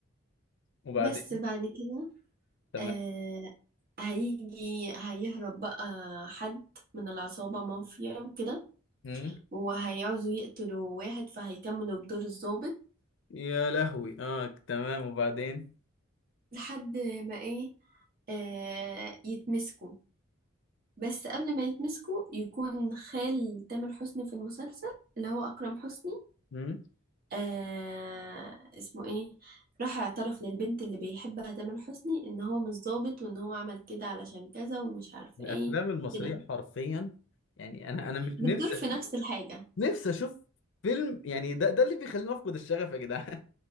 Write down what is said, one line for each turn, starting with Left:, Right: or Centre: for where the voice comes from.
Left: وبعدين
Right: بس بعد كده
Left: تمام
Right: آه هيجي هيهرب بقى حد من العصابة مافيا وكده
Left: مم.
Right: وهيعوزوا يقتلوا واحد فهيكملوا بدور الظابط
Left: يا لهوي اه تمام وبعدين
Right: لحد ما ايه آه يتمسكوا بس قبل ما يتمسكوا يكون خال تامر حسني في المسلسل اللي هو أكرم حسني
Left: مم.
Right: آه اسمه ايه راح اعترف للبنت اللي بيحبها تامر حسني ان هو مش ظابط وان هو عمل كده علشان كذا ومش عارفه
Left: الافلام
Right: ايه
Left: المصرية
Right: كده يعني.
Left: حرفيا يعني انا انا مش
Right: بتدور
Left: نفسي
Right: في نفس الحاجه
Left: نفسي اشوف فيلم يعني ده ده اللي بيخليني افقد الشغف يا جدعان